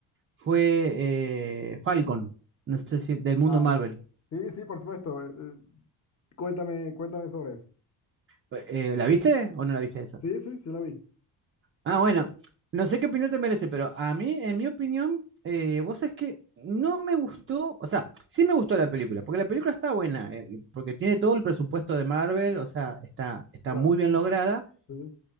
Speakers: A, on the right (about 30°); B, on the left (about 30°).
A: fue eh, Falcon, no sé si del mundo
B: Ah,
A: Marvel.
B: sí, sí, por supuesto. eh, eh, cuéntame, cuéntame sobre eso.
A: Eh, eh, ¿la viste o no la viste esa?
B: Sí, sí, sí la vi.
A: Ah, bueno, no sé qué opinión te merece, pero a mí, en mi opinión, eh, vos sabés que no me gustó, o sea, sí me gustó la película, porque la película está buena, eh, porque tiene todo el presupuesto de Marvel, o sea, está, está
B: Claro.
A: muy bien lograda
B: Sí.